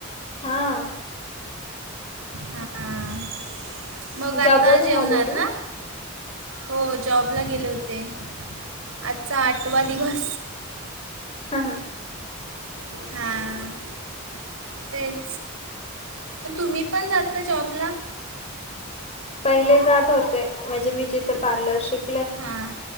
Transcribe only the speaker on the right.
हां मग आत्ता
जेवणार
ना? हो जॉबला गेले होते. आजचा आठवा दिवस.
हां. तेच. म तुम्ही पण जाता जॉबला?
हां.